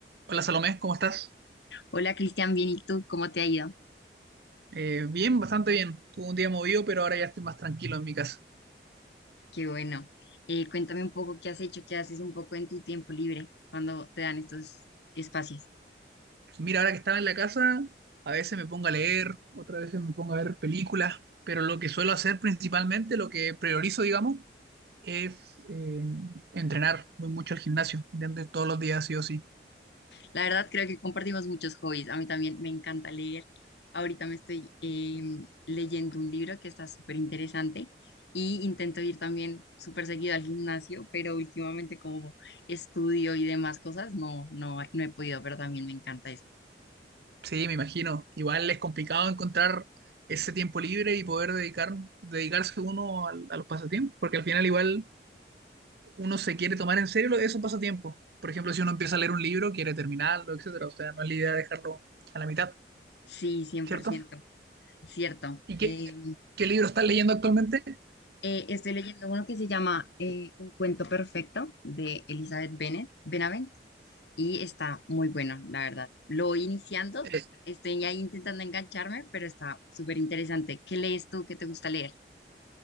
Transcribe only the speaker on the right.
Hola Salomé, ¿cómo estás?
Eh, bien, bastante bien. Tuve un día movido, pero ahora ya estoy más tranquilo en mi casa.
Mira, ahora que estaba en la casa, a veces me pongo a leer, otras veces me pongo a ver películas, pero lo que suelo hacer principalmente, lo que priorizo, digamos, es eh, entrenar. Voy mucho al gimnasio, intento ir todos los días, sí o sí.
Sí, me imagino. Igual es complicado encontrar ese tiempo libre y poder dedicar, dedicarse uno al- a, los pasatiempos, porque al final igual uno se quiere tomar en serio lo- esos pasatiempos. Por ejemplo, si uno empieza a leer un libro, quiere terminarlo, etcétera. O sea, no es la idea dejarlo a la mitad,
¿cierto?
¿Y qué,
qué libro estás leyendo actualmente?
Eh,